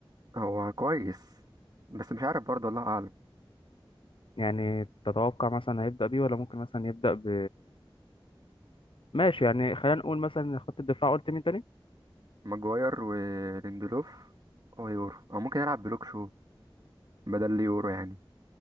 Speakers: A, on the right; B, on the left.
A: هو كويس بس مش عارف برضه الله أعلم
B: يعني تتوقع مثلا هيبدا بيه ولا ممكن مثلا يبدا ب ماشي يعني خلينا نقول مثلا إن خط الدفاع قلت مين تاني
A: ماجواير وليندلوف ويورو أو ممكن يلعب بلوك شو بدل اليورو يعني